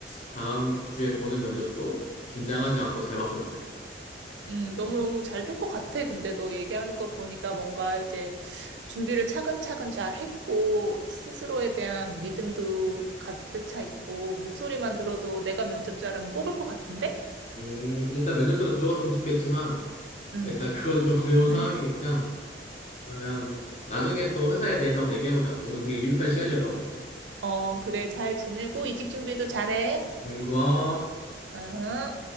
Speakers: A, on the left; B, on the right.
A: 다음 주에 보는 면접도 긴장하지 않고 잘 봤으면 좋겠다.
B: 음, 너무너무 잘 될 것 같아. 근데 너 얘기하는 거 보니까 뭔가 이제 준비를 차근차근 잘 했고, 스스로에 대한 믿음도 가득 차 있고, 목소리만 들어도 내가 면접자라면 뽑을 것 같은데?
A: 음, 일단 면접대로 들어왔으면 좋겠지만
B: 응.
A: 일단 그거는 좀 <laughs> 어려운
B: <laughs>
A: 상황이니까 그러면 나중에 또 회사에 대해서 한번 얘기해보자. 오늘 되게 유익한 시간이었던 것 같아.
B: 어, 그래. 잘 지내고, 이직 준비도 잘해.
A: 음, 고마워.
B: 응.